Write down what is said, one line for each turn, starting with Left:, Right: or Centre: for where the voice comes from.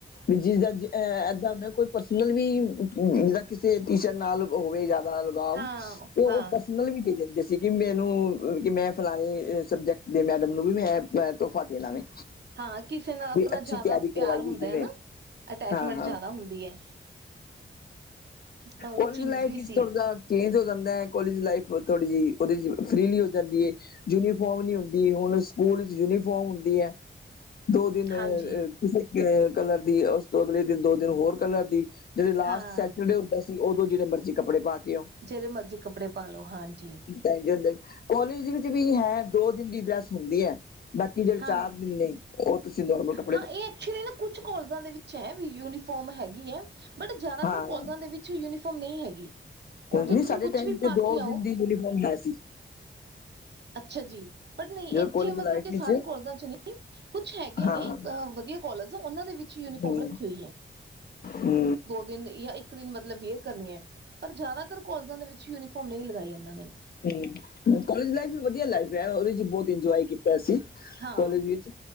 Left: ਵੀ ਜਿਸਦਾਂ ਜਿ ਅ ਏਦਾਂ ਹੁੰਦਾ ਕੋ ਪਰਸਨਲ ਵੀ ਜਿੱਦਾਂ ਕਿਸੇ ਟੀਚਰ ਨਾਲ ਹੋਵੇ ਯਾ ਨਾਲ ਲਗਾਵ
Right: ਹਾਂ
Left: ਤੇ ਓ
Right: ਹਾਂ
Left: ਪਰਸਨਲ ਵੀ ਦੇ ਦਿੰਦੇ ਸੀ। ਕਿ ਮੈਨੂੰ ਕੇ ਮੈਂ ਫਲਾਣੇ ਸਬਜੈਕਟ ਦੇ ਮੈਡਮ ਨੂੰ ਵੀ ਮੈਂ ਐ ਤੋਹਫ਼ਾ ਦੇਣਾ ਵੇ।
Right: ਹਾਂ ਕਿਸੇ ਨਾਲ ਆਪਣਾ
Left: ਵੀ ਅੱਛੀ
Right: ਜਾਦਾ
Left: ਤਿਆਰੀ
Right: ਪਿਆਰ
Left: ਕਰਵਾਈਏ
Right: ਹੁੰਦਾ
Left: ਜਿਵੇਂ
Right: ਐ ਨਾ ਅਟੈਚਮੈਂਟ
Left: ਹਾਂ ਹਾਂ
Right: ਜਾਦਾ ਹੁੰਦੀ ਐ। ਤਾਂ ਓ
Left: ਕੋਲਜ
Right: ਚੀਜ਼
Left: ਲਾਈਫ
Right: ਵੀ
Left: ਵਿੱਚ
Right: ਸੀ।
Left: ਥੋੜਾ ਜਾ ਚੇਂਜ ਹੋ ਜਾਂਦਾ ਕੋਲੇਜ ਲਾਈਫ ਥੋੜ੍ਹੀ ਜਿਹੀ ਉਹਦੇ ਚ ਫਰੀਲੀ ਹੋ ਜਾਂਦੀ ਏ। ਯੂਨੀਫੋਮ ਨੀ ਹੁੰਦੀ ਹੁਨ ਸਕੂਲ ਚ ਯੂਨੀਫੋਮ ਹੁੰਦੀ ਐ। ਦੋ ਦਿਨ ਅ
Right: ਹਾਂਜੀ
Left: ਕਿਸੇ ਕਲਰ ਦੀ ਉਸ ਤੋਂ ਅਗਲੇ ਦਿਨ ਦੋ ਦਿਨ ਹੋਰ ਕਲਰ ਦੀ। ਜਦੋ ਲਾਸਟ
Right: ਹਾਂ
Left: ਸੈਟਰਡੇ ਹੁੰਦਾ ਸੀ ਉਦੋਂ ਜੇੜੇ ਮਰਜ਼ੀ ਕੱਪੜੇ ਪਾ ਕੇ ਆਓ।
Right: ਜੇੜੇ ਮਰਜ਼ੀ ਕੱਪੜੇ ਪਾਲੋ ਹਾਂਜੀ।
Left: ਚੱਲ ਜਾਂਦੇ ਕੋਲਜ ਵਿੱਚ ਵੀ ਹੈ ਦੋ ਦਿਨ ਦੀ ਡਰੈਸ ਹੁੰਦੀ ਐ ਬਾਕੀ ਜੇੜੇ
Right: ਹਾਂ
Left: ਚਾਰ ਦਿਨ ਨੇ ਉਹ ਤੁਸੀਂ ਨੋਰਮਲ ਕੱਪ
Right: ਹਾਂ ਏ ਐਕਚੁਲੀ ਨਾ ਕੁਛ ਕੋਲਜਾਂ ਦੇ ਵਿੱਚ ਐ ਵੀ ਯੂਨੀਫੋਰਮ ਹੈਗੀ ਐ। ਬਟ ਜਾਦਾਤਰ
Left: ਹਾਂ
Right: ਕੋਲਜਾਂ ਦੇ ਵਿੱਚ ਯੂਨੀਫੋਮ ਨਈ ਹੈਗੀ।
Left: ਭੈਣ
Right: ਉੱਥੇ
Left: ਜੀ ਸਾਡੇ
Right: ਤੁਸੀਂ ਕੁਛ
Left: ਟਾਈਮ
Right: ਵੀ
Left: ਚ
Right: ਪਾ
Left: ਦੋ
Right: ਕੇ ਆਓ
Left: ਦਿਨ ਦੀ ਯੂਨੀਫੋਮ ਹੈ ਸੀ।
Right: ਅੱਛਾ ਜੀ ਬਟ ਨਈ
Left: ਜਦੋਂ
Right: ਇੱਥੇ
Left: ਕਾਲਜ
Right: ਮਤਲਬ
Left: ਲਾਈਫ
Right: ਕਿ
Left: ਵਿੱਚ
Right: ਸਾਰੇ ਕੋਲਜਾਂ ਚ ਨੀ ਕੁਛ ਹੈਗੇ
Left: ਹਾਂ
Right: ਨੇ ਵਧੀਆ ਕੋਲੇਜ ਉਨਾਂ ਦੇ ਵਿੱਚ ਹੀ ਯੂਨੀਫੋਮ
Left: ਹੂੰ
Right: ਰੱਖੀ ਹੋਈ ਐ।
Left: ਹੂੰ
Right: ਦਿਨ ਯਾ ਇੱਕ ਦਿਨ ਮਤਲਬ ਵੇਅਰ ਕਰਨੀ ਐ ਪਰ ਜਾਦਾਤਰ ਕੋਲਜਾਂ ਦੇ ਵਿੱਚ ਯੂਨੀਫਾਰਮ ਨਈ ਲਗਾਈ ਇਨਾਂ ਨੇ।
Left: ਹੂੰ, ਕੋਲਜ ਲਾਈਫ ਵੀ ਵਧੀਆ ਲਾਈਫ ਐ ਉਹਦੇ ਚ ਬੋਤ ਇੰਜੋਯ ਕੀਤਾ ਅਸੀ।
Right: ਹਾਂ
Left: ਕੋਲਜ ਵਿੱਚ